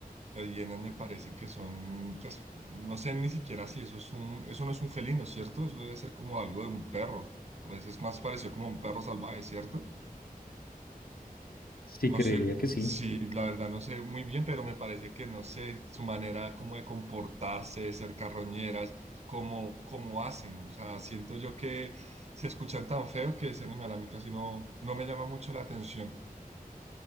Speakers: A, on the right; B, on the left.
A: Las hienas me parecen que son, pues, no sé ni siquiera si eso es un, eso no es un felino, ¿cierto? Eso debe ser como algo de un perro. Por eso es más parecido como a un perro salvaje, ¿cierto?
B: Sí,
A: No
B: creería
A: sé,
B: que sí.
A: sí, la verdad no sé muy bien, pero me parece que no sé su manera como de comportarse, de ser carroñeras, cómo, cómo hacen. O sea, siento yo que se escuchan tan feo que ese animal a mí casi no, no me llama mucho la atención.